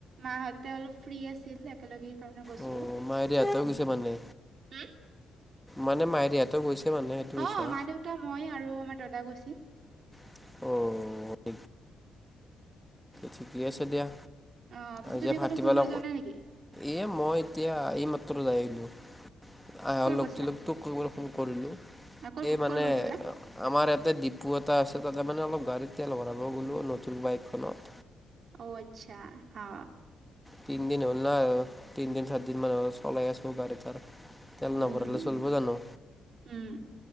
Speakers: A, on the right (about 55°); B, in the centre.
A: মা হতে অলপ ফ্ৰী আছিল একেলগে সেই কাৰনে গৈছিলো
B: অ' মায়েৰিহঁতেও গৈছে মানে
A: হম
B: মানে মাইৰহঁতেও গৈছে মানে সেইটো কৈছা
A: অ মা দেউতা মই আৰু আমাৰ দাদা গৈছো
B: অ ঠিকেই আছে দিয়া
A: অ পিছে তুমি
B: যে ভাটিবেলা
A: ক'তো ফুৰিব যোৱা নাই নেকি
B: এই মই এতিয়া এইমাত্ৰ যাই আহিলোঁ আহ
A: ক'ত
B: লগটো
A: গৈছিলা
B: লগটো তোৰ ফোন কৰিলো
A: অ ক'ত
B: এই মানে
A: ক'ত গৈছিলা
B: আমাৰ ইয়াতে ডিপু এটা আছে তাতে মানে অলপ গাড়ী তেল ভৰাব গ'লো নতুন বাইকখনত
A: অ আচ্ছা হা
B: তিনিদিন হ'ল না তিনদিন চাত দিন মান হ'ল চলাই আছো গাড়ী তাৰ তেল
A: উম
B: নভৰালে চলব জানো
A: উম